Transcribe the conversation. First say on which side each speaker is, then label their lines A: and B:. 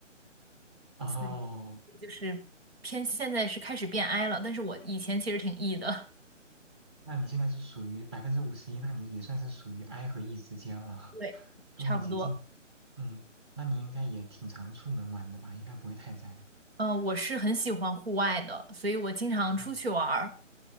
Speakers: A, on the right; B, on the right.
A: 哦。
B: 所以所以就是偏现在是开始变 I 了，但是我以前其实挺 E 的，
A: 那你现在是属于百分之五十一，那你也算是属于 I 和 E 之间了，
B: 对，
A: <laughs>
B: <laughs>
A: 都很接近。
B: 差不多。
A: 嗯，那你应该也挺常出门玩的吧？应该不会太宅。
B: 嗯、呃我是很喜欢户外的，所以我经常出去玩儿。
A: 哦，